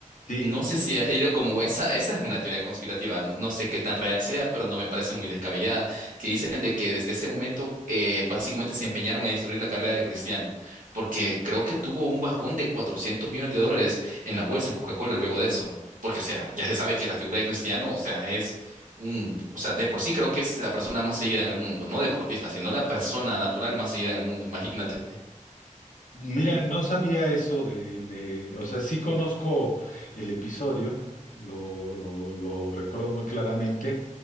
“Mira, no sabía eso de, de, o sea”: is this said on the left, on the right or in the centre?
Left